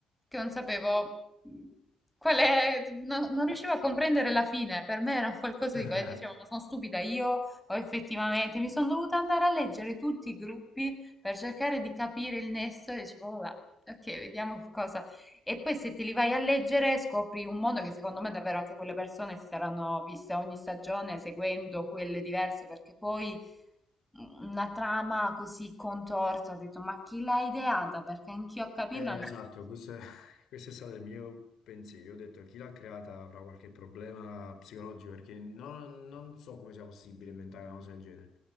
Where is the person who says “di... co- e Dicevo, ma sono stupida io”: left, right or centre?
Centre